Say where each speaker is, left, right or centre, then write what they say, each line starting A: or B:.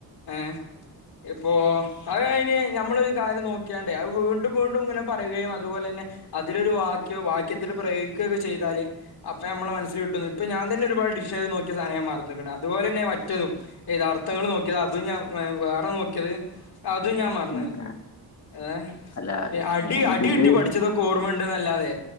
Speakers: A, on the left; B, on the left.
A: ഏ ഇപ്പേ അഹ് അയിന് നമ്മളൊരു കാര്യം നോക്കിയാണ്ടേ അത് വീണ്ടും വീണ്ടും ഇങ്ങനെ പറയുകയും അതുപോലെ തന്നെ അതിലൊരു വാക്യ വാക്യത്തിൽ പ്രയോഗിക്കുകക്കെ ചെയ്താല് അപ്പൊ നമ്മള് മനസ്സിൽ കിട്ടുന്നു ഇപ്പ ഞാൻ തന്നെ ഒരുപാട് ഡിക്ഷണറി നോക്കിയ സാനം ഞാൻ മറന്ന്ക്കണ് അതുപോലെ തന്നെ മറ്റതും ഏതാ അർത്ഥങ്ങൾ നോക്കിയത് അതും ഞാൻ വേറെ നോക്കിയത് അതും ഞാൻ മറന്ന്ണ്
B: ഉം ഉം
A: ഏ
B: അല്ല
A: അടി
B: ഞാനിപ്പ
A: അടി
B: ഇത്
A: കിട്ടി പഠിച്ചതും ക്ക് ഓർമ ഇണ്ട്ന്ന് അല്ലാതെ